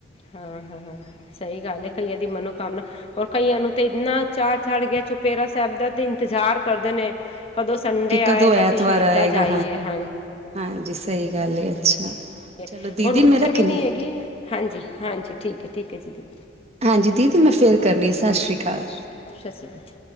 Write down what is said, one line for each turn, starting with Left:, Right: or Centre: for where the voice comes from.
Left: ਹਾਂ- ਹਾਂ- ਹਾਂ ਸਹੀ ਗੱਲ ਹੈ। ਕਈਆ ਦੀ ਮਨੋਕਾਮਨਾ ਰ ਕਈਆਂ ਨੂੰ ਤੇ ਇੰਨਾ ਚਾਹ ਚੜ੍ਹ ਗਿਆ ਚੁਪੇਰਾ ਸਾਹਿਬ ਦਾ ਤੇ ਇੰਤਜ਼ਾਰ ਕਰਦੇ ਨੇ। ਕਦੋਂ ਸੰਡੇ
Right: ਕਿ
Left: ਆਏ
Right: ਕਦੋਂ
Left: ਤਾਂ
Right: ਐਤਵਾਰ
Left: ਅਸੀਂ ਸ਼ਹੀਦਾਂ
Right: ਆਏਗਾ
Left: ਜਾਈਏ। ਹਾਂਜੀ।
Right: ਹਾਂਜੀ, ਸਹੀ ਗੱਲ ਹੈ। ਅੱਛਾ।
Left: ਰ
Right: ਚਲੋ ਦੀਦੀ
Left: ਹੁਣ
Right: ਮੈਂ ਰੱਖਣੀ
Left: ਤਾਂ ਵੀ ਨੀ ਹੈਗੀ। ਹਾਂਜੀ- ਹਾਂਜੀ ਠੀਕ ਹੈ, ਠੀਕ ਹੈ ਜੀ ਦੀ।
Right: ਹਾਂਜੀ, ਦੀਦੀ ਮੈਂ ਫਿਰ ਕਰਨੀ ਆ। ਸਤਿ ਸ਼੍ਰੀ ਅਕਾਲ।
Left: ਸਤਿ ਸ਼੍ਰੀ ਅਕਾਲ।